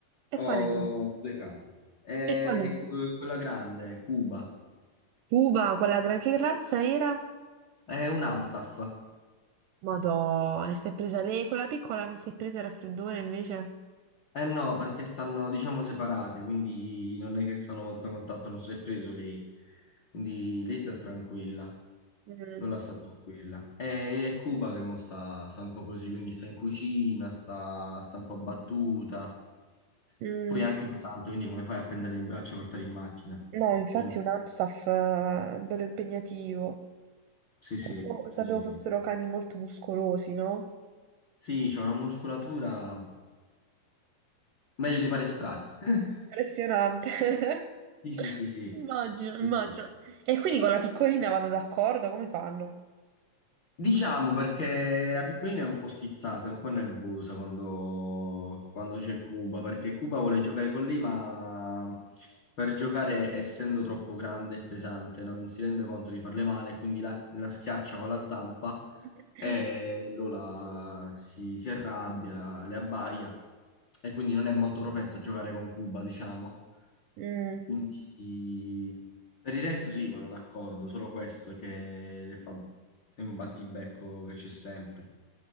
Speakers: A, on the right; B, on the left.
A: E
B: Ho
A: quale?
B: due cani. Eh,
A: E quale?
B: cu- quella grande, Cuba,
A: Cuba, quella gra- che razza era?
B: è un Amstaff.
A: Madò, e si è presa lei, quella piccola non si è presa il raffreddore invece?
B: Eh no, perché stanno, diciamo, separate, quindi non è che sono molto a contatto, non si è preso lei. Quindi lei sta tranquilla.
A: Mm.
B: Non la sta tranquilla. È, è Cuba che mo sta, sta un po' così, quindi sta in cucina, sta, sta un po' abbattuta.
A: Mm,
B: Poi è anche pesante, quindi come fai a prendere in braccio e portare in macchina?
A: no, infatti
B: Quindi,
A: un Amstaff eh, bello impegnativo.
B: sì,
A: Sapevo,
B: sì, sì,
A: sapevo
B: sì,
A: fossero
B: sì.
A: cani molto muscolosi, no?
B: Sì, c'è una muscolatura meglio dei palestrati. <laughs>
A: Impressionante.
B: Sì, sì,
A: <laughs>
B: sì, sì.
A: Immagino,
B: Sì,
A: immagino.
B: sì.
A: E quindi con la piccolina vanno d'accordo? Come fanno?
B: Diciamo perché la piccolina è un po' schizzata, è un po' nervosa quando, quando c'è Cuba, perché Cuba vuole giocare con lei, ma per giocare, essendo troppo grande e pesante, non si rende conto di farle male, quindi la, la schiaccia con la zampa
A: <clears throat>
B: e Lola si, si arrabbia, le abbaia e quindi non è molto propensa a giocare con Cuba, diciamo.
A: Mm.
B: Quindi per il resto sì, vanno d'accordo, solo questo che le fa... è un battibecco che c'è sempre.